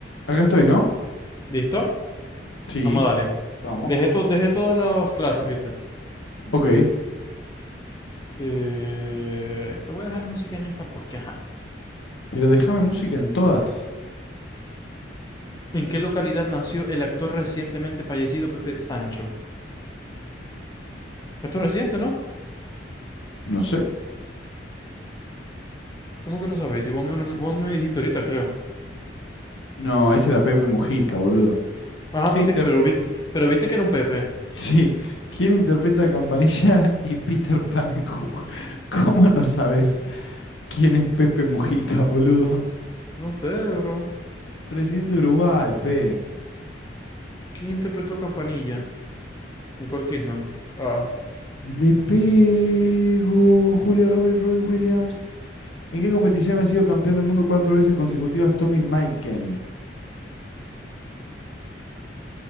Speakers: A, on the left; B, on the left.
A: Acá estoy, ¿no?
B: ¿Listo?
A: Sí,
B: Vamos, dale.
A: vamos.
B: Dejé, to- dejé todas las clases, ¿viste?
A: Ok.
B: Eh, te voy a dejar música en esta porque, ajá.
A: Pero déjame música en todas.
B: ¿En qué localidad nació el actor recientemente fallecido Pepe Sancho? Esto es reciente, ¿no?
A: No sé.
B: ¿Cómo que no sabéis? Si vos me, lo- vos me dijiste ahorita, creo.
A: No, ese era Pepe Mujica, boludo.
B: Ah,
A: ¿Quién
B: viste,
A: inter...
B: que- pero,
A: <laughs>
B: viste- pero viste que era un Pepe.
A: Sí. ¿Quién interpreta a Campanilla y Peter Pan en Hook? <laughs> ¿Cómo no sabes quién es Pepe Mujica, boludo?
B: No sé, bro.
A: Presidente de Uruguay, pe.
B: ¿Quién interpretó a Campanilla? Nicole Kidman. Ah,
A: Y le pego Julia Roberts, Robbie Williams. ¿En qué competición ha sido campeón del mundo cuatro veces consecutivas Tommy Maiken